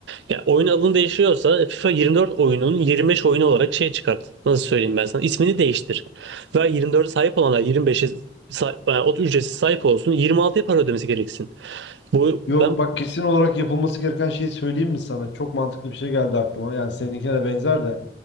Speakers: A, on the right; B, on the left.
A: Ya oyun adını değişiyorsa FIFA 24 oyunun 25 oyunu olarak şey çıkart. Nasıl söyleyeyim ben sana? İsmini değiştir. Ve 24'e sahip olanlar 25'e sa yani o ücretsiz sahip olsun. 26'ya para ödemesi gereksin. Bu
B: Yok
A: ben
B: bak kesin olarak yapılması gereken şeyi söyleyeyim mi sana? Çok mantıklı bir şey geldi aklıma. Yani seninkine de benzer de.